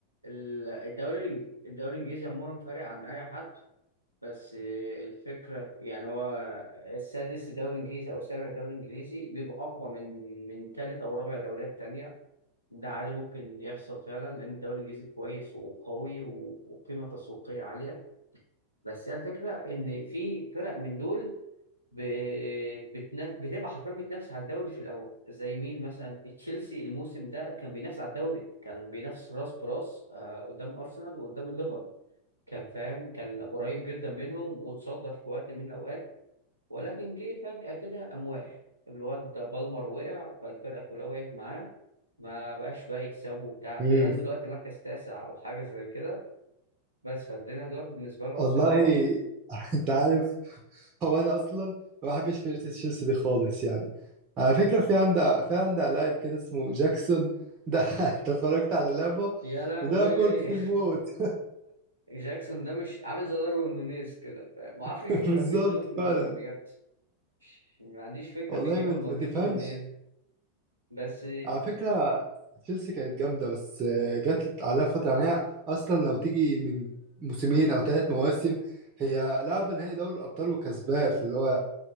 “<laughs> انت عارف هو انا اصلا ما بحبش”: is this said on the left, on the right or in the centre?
Right